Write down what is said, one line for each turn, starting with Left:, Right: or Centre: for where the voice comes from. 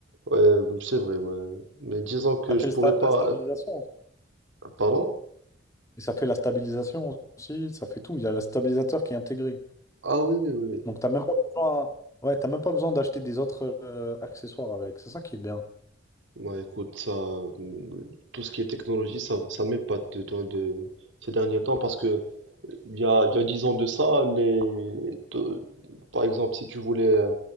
Right: Ouais, c'est vrai, ouais. Mais disons que
Left: Ça fait
Right: je
Left: le
Right: pourrais
Left: sta-
Right: pas.
Left: la stabilisation.
Right: euh, Pardon?
Left: Et ça fait la stabilisation aussi, ça fait tout. Il y a le stabilisateur qui est intégré.
Right: Ah oui, oui, oui. oui.
Left: Donc, t'as même pas besoin, ouais, t'as même pas besoin d'acheter des autres euh, accessoires avec. C'est ça qui est bien.
Right: Bah écoute, ça, hum, tout ce qui est technologie, ça, ça m'épate de, de, de ces derniers temps parce que Il y a, il y a 10 ans de ça, les... te- par exemple, si tu voulais euh,